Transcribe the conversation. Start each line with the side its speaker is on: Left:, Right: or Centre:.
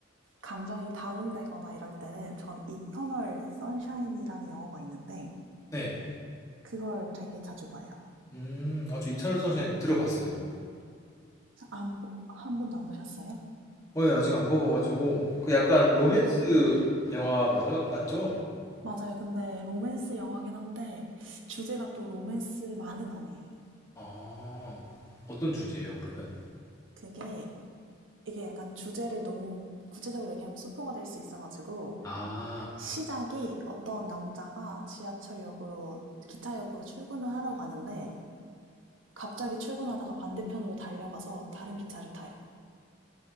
Right: 감정이 다운되거나 이럴 때는 전 이터널 선샤인이라는 영화가 있는데,
Left: 네.
Right: 그걸 되게 자주 봐요.
Left: 음, 아, 저 이터널 선샤인 들어봤어요.
Right: 안, 보- 한 번도 안 보셨어요?
Left: 어, 예, 아직 안 봐봐가지고. 그 약간 로맨스 영화 맞아요? 맞죠?
Right: 맞아요. 근데 로맨스 영화긴 한데 주제가 또 로맨스만은 아니에요.
Left: 아, 어떤 주제예요, 그러면?
Right: 그게 이게 약간 주제를 너무 구체적으로 얘기하면 스포가 될 수 있어가지고
Left: 아,
Right: 시작이 어떤 남자가 지하철역으로 기차역으로 출근을 하러 가는데 갑자기 출근하다가 반대편으로 달려가서 다른 기차를 타요.